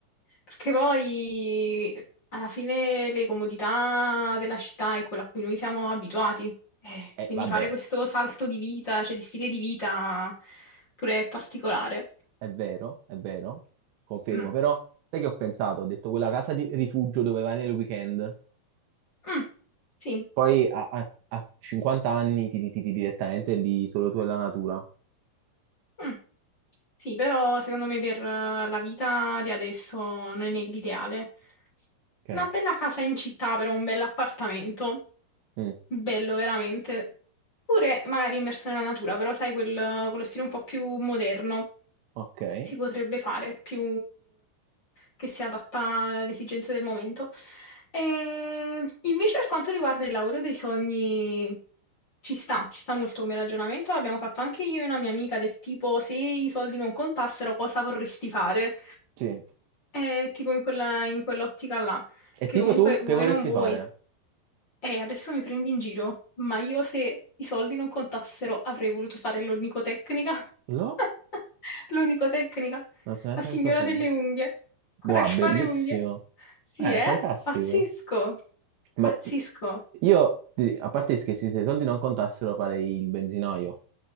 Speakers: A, on the left; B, on the right.
A: Perché poi alla fine le comodità della città è quello a cui noi siamo abituati. Eh,
B: Eh,
A: quindi
B: vabbè,
A: fare questo salto di vita, cioè di stile di vita, pure è particolare.
B: è vero, è vero, confermo,
A: Mm,
B: però sai che ho pensato? Ho detto quella casa di rifugio dove vai nel weekend,
A: mm, sì,
B: poi a, a- a 50 anni ti ritiri direttamente lì solo tu e la natura.
A: mm. Sì, però secondo me per eh, la vita di adesso non è l'ideale.
B: Ok.
A: Una bella casa in città, però un bell'appartamento,
B: Mm,
A: bello veramente. Pure magari immerso nella natura, però sai, quel- quello stile un po' più moderno
B: ok,
A: si potrebbe fare, più che si adatta alle esigenze del momento. E invece per quanto riguarda il lavoro dei sogni, ci sta, ci sta molto come ragionamento, l'abbiamo fatto anche io e una mia amica del tipo se i soldi non contassero cosa vorresti fare?
B: sì.
A: Eh, tipo in quella- in quell'ottica là, perché
B: E tipo
A: comunque
B: tu,
A: vuoi
B: che vorresti
A: non vuoi.
B: fare?
A: Eh, adesso mi prendi in giro, ma io se i soldi non contassero avrei voluto fare l'onicotecnica.
B: Lo?
A: <laughs> L'onicotecnica,
B: Non so neanche
A: la signora
B: che cos'è.
A: delle unghie, quella
B: Wow,
A: che fa
B: bellissimo.
A: le unghie. Sì,
B: Eh,
A: eh?
B: fantastico.
A: Pazzesco,
B: Ma
A: pazzesco.
B: io, ti- a parte gli scherzi, se i soldi non contassero farei il benzinaio.